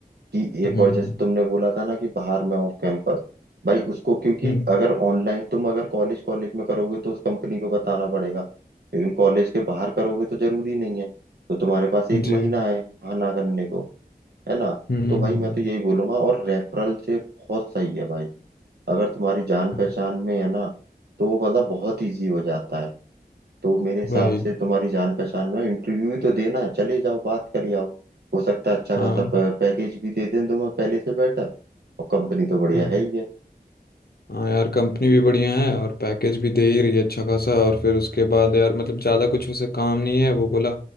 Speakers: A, on the right (about 85°); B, on the left (about 75°).
A: कि एक
B: हम्म
A: और
B: हम्म
A: जैसे तुमने बोला था ना कि बाहर में ऑफ कैंपस भाई उसको क्योंकि
B: हम्म,
A: अगर ऑनलाइन तुम अगर कॉलेज कॉलेज में करोगे तो उस कंपनी को बताना पड़ेगा लेकिन कॉलेज के बाहर करोगे तो जरूरी नहीं है तो तुम्हारे पास एक
B: हम्म, जी
A: महीना है हाँ ना करने को है ना
B: हम्म हम्म
A: तो भाई
B: हम्म,
A: मैं तो यही बोलूंगा और रेफरल से बहुत सही है भाई अगर तुम्हारी जान
B: हाँ,
A: पहचान में है ना तो मतलब बहुत इजी हो जाता है तो मेरे हिसाब
B: वही
A: से तुम्हारी जान पहचान में इंटरव्यू ही तो देना है चले जाओ बात कर आओ हो सकता है अच्छा
B: हाँ
A: खासा पैकेज भी दे दें तुम्हें पहले से बेटर और कंपनी तो बढ़िया
B: हाँ
A: है ही है
B: हाँ यार कंपनी भी बढ़िया है और पैकेज भी दे ही रही है अच्छा खासा और फिर उसके बाद यार मतलब ज़्यादा कुछ उसे काम नहीं है वो बोला